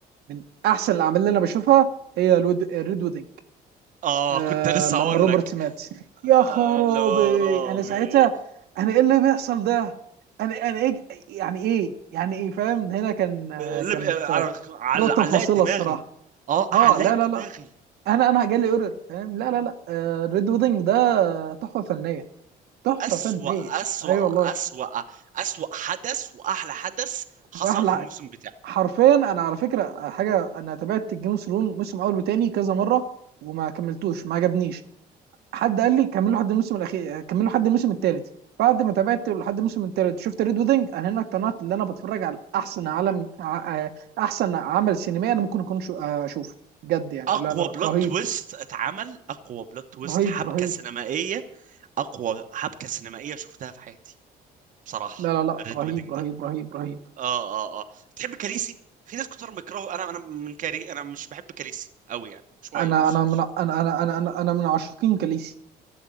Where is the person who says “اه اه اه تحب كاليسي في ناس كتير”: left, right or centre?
Right